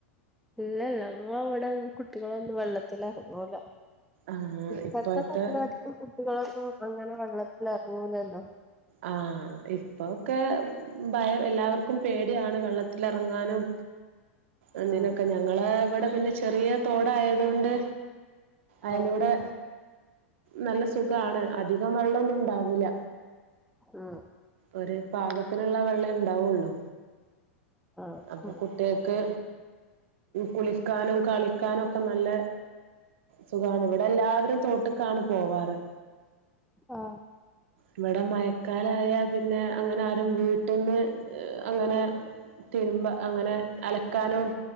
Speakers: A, in the centre; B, on the right (about 70°).
A: ഇല്ലല്ല ങ്ങളവിടെന്നും കുട്ടികളൊന്നും വെള്ളത്തിലെറ്ങ്ങുല
B: ആഹ്
A: ഇപ്പത്തെ
B: ഇപ്പോഴത്തെ
A: <unintelligible> കുട്ടികളൊന്നും അങ്ങനെ വെള്ളത്തിലെറ്ങ്ങൂലല്ലോ
B: ആഹ് ഇപ്പൊക്കെ ഭയം എല്ലാവർക്കും പേടിയാണ് വള്ള ത്ത്ലറ്ങ്ങാനും എന്തിനൊക്കെ
A: ഉം
B: ഞങ്ങളെ വ്ടെ പിന്നെ ചെറിയ തോടായതൊണ്ട് അയ്ലൂടെ
A: ആഹ്
B: നല്ല സുഖാണ് അധികം വെള്ളോന്നുംണ്ടാവൂല്ല
A: ആഹ്
B: ഒര് പാകത്തിനുള്ള വെള്ളെ ണ്ടാവോള്ളൂ
A: ആഹ്
B: അപ്പൊ കുട്ടികൾക്ക് കുളിക്കാനും കളിക്കാനും ഒക്കെ നല്ല സുഖാണ് ഇവിടെ എല്ലാവരും തോട്ട്ക്കാണ് പോവാറ്
A: ആഹ്
B: ഇവടെ മയക്കാലായാ പിന്നെ അങ്ങനെ ആരും വീട്ടിന്ന് അങ്ങനെ തിരുമ്പ അങ്ങനെ അലക്കാനും